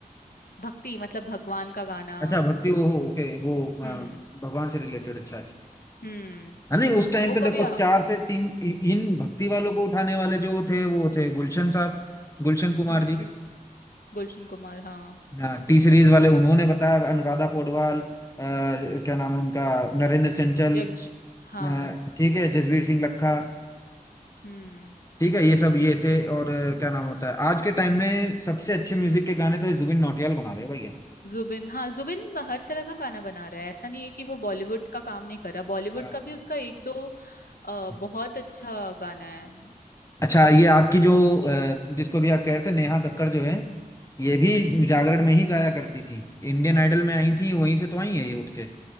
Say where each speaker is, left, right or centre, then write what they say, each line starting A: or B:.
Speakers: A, on the left; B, on the left.
A: भक्ति मतलब भगवान का गाना
B: अच्छा भक्ति वो हो ओके वो आ,
A: हम्म
B: भगवान से रिलेटेड अच्छा अच्छा
A: हम्म
B: हाँ, नहीं उस टाइम
A: वो
B: पे देखो
A: कभी आ,
B: चार से तीन इ- इन भक्ति वालों को उठाने वाले जो थे वो थे गुलशन साहब गुलशन कुमार
A: हम्म
B: जी
A: गुलशन कुमार हाँ
B: हाँ टी सीरीज वाले उन्होंने बताया अनुराधा पौडवाल अ, क्या नाम है उनका नरेंद्र चंचल
A: जग
B: अ,
A: हाँ
B: ठीक है जसवीर सिंह लखा
A: हम्म
B: ठीक है ये सब ये थे और अ, क्या नाम होता है आज के टाइम में सबसे अच्छे म्यूजिक के गाने तो ये जुबिन नौटियाल बना रहे हैं भैया
A: जुबिन हाँ जुबिन हर तरह का गाना बना रहा है ऐसा नहीं है कि वो बॉलीवुड का काम नहीं कर रहा बॉलीवुड
B: हाँ
A: का
B: हाँ
A: भी उसका एक दो अ,
B: हाँ।
A: बहुत अच्छा गाना है
B: अच्छा ये आपकी जो
A: अ,
B: अ, जिसको भी आप कह रहे थे नेहा कक्कड़ जो है ये भी
A: हम्म हम्म
B: जागरण में ही गाया करती थी इंडियन आइडल में आई थी वहीं से तो आई है ये उठ के